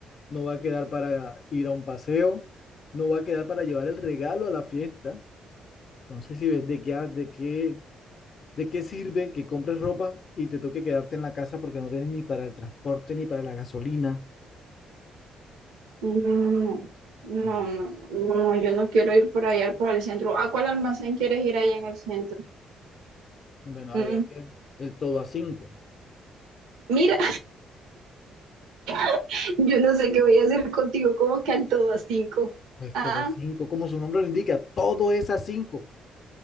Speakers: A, on the left; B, on the right.
A: no va a quedar para ir a un paseo, no va a quedar para llevar el regalo a la fiesta. Entonces, si ves de qué, ha- de qué, de qué sirve que compres ropa y te toque quedarte en la casa porque no tienes ni para el transporte ni para la gasolina.
B: No, no,
A: No.
B: no, no, no, yo no quiero ir por allá, por el centro. ¿A cuál almacén quieres ir allá en el centro?
A: Bueno, allá
B: Mm,
A: que el todo a cinco.
B: Mira, <laughs> yo no sé qué voy a hacer contigo, como que al todo a cinco.
A: Pues
B: Ah,
A: todo a cinco, como su nombre lo indica, todo es a cinco.